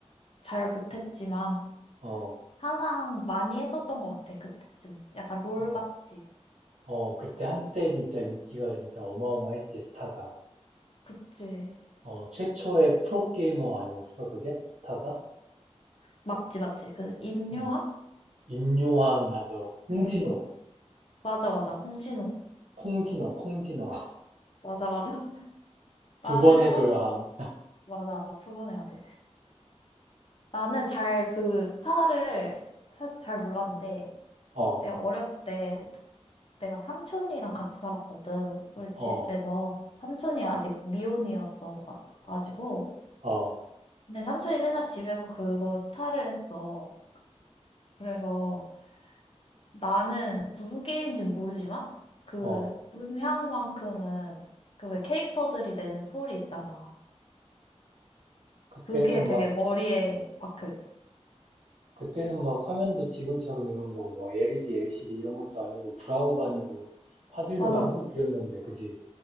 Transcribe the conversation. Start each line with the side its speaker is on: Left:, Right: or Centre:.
Left: 잘 못했지만
Right: 어,
Left: 항상 많이 했었던 것 같아 그때쯤 약간 롤
Right: 어,
Left: 같지
Right: 어, 그때 한때 진짜 인기가 진짜 어마어마했지 스타가.
Left: 그치.
Right: 어, 최초의 프로게이머 아니었어 그게? 스타가?
Left: 맞지 맞지 그 임요한
Right: 응. 임요환 맞아. 홍진호,
Left: 응. 맞아 맞아 홍진호
Right: 콩진호, 콩진호 <laughs>
Left: 맞아 맞아 <laughs> 나는
Right: 두 번 해줘야
Left: 사실
Right: 함.
Left: 맞아 두 번 해야 돼 나는 잘 그 스타를 사실 잘 몰랐는데
Right: 어,
Left: 내가 어렸을 때 내가 삼촌이랑 같이 살았거든 우리
Right: 어,
Left: 집에서 삼촌이 아직 미혼이었어서 가지고
Right: 어,
Left: 근데 삼촌이 맨날 집에서 그거 스타를 했어 그래서 나는 무슨 게임인지 모르지만 그
Right: 어.
Left: 음향만큼은 그 왜 캐릭터들이 내는 소리 있잖아.
Right: 그때는
Left: 그게 되게
Right: 막
Left: 머리에 박혀 있어.
Right: 그때는 막 화면도 지금처럼 이런 거, 뭐 LED, LCD 이런 것도 아니고 브라운관 아니고 화질도
Left: 맞아.
Right: 완전 구렸는데, 그지?